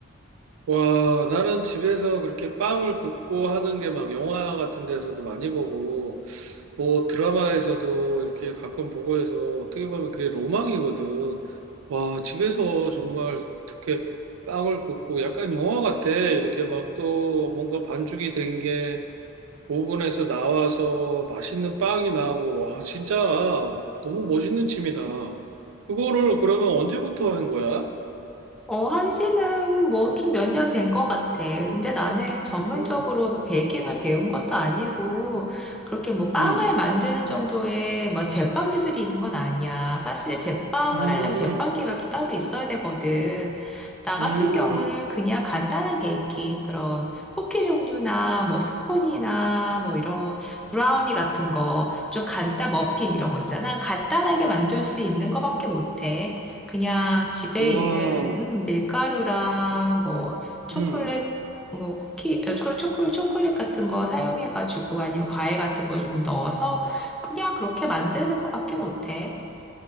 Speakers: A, on the right; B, in the centre.
A: 와, 나는 집에서 그렇게 빵을 굽고 하는 게 막 영화 같은 데서도 많이 보고 뭐 드라마에서도 이렇게 가끔 보고 해서 어떻게 보면 그게 로망이거든. 와, 집에서 정말 어떻게 빵을 굽고 약간 영화 같아. 이렇게 막 또 뭔가 반죽이 된 게 오븐에서 나와서 맛있는 빵이 나오고 와, 진짜 너무 멋있는 취미다. 그거를 그러면 언제부터 한 거야?
B: 어, 한지는 뭐 좀 몇 년 된 것 같아. 근데 나는 전문적으로
A: 음,
B: 뭐 베이킹을 배운 것도 아니고, 그렇게 뭐 빵을
A: 음,
B: 만드는 정도의 뭐 제빵 기술이 있는 건 아니야. 사실 제빵을
A: 음,
B: 하려면 제빵기가 또 따로 있어야 되거든. 나
A: 음,
B: 같은 경우는 그냥 간단한 베이킹, 그런 쿠키 종류나 뭐 스콘이나 뭐 이런 브라우니 같은 거, 좀 간단, 머핀 이런 거 있잖아. 간단하게 만들 수 있는 거밖에 못해. 그냥 집에
A: 와,
B: 있는 음, 밀가루랑 뭐 초콜릿
A: 음.
B: 뭐 쿠키 어, 초- 초콜 초콜릿 같은 거 사용해가지고 아니면 과일 같은 거 좀 넣어서 그냥 그렇게 만드는 거밖에 못해.